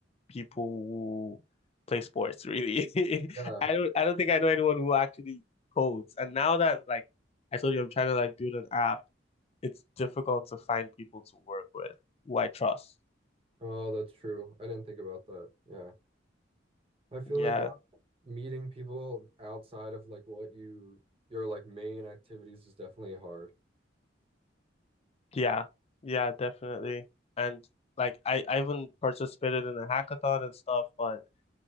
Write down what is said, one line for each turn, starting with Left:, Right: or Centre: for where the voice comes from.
Left: people who play sports, really. <laughs>
Right: Yeah.
Left: I don't I don't think I know anyone who actually codes. And now that like I told you I'm trying to like build an app, it's difficult to find people to work with who I trust.
Right: Oh, that's true. I didn't think about that. Yeah. I feel
Left: Yeah.
Right: like uh, meeting people outside of like what you your like main activities is definitely hard.
Left: Yeah. Yeah, definitely. And like I, I even participated in a hackathon and stuff, but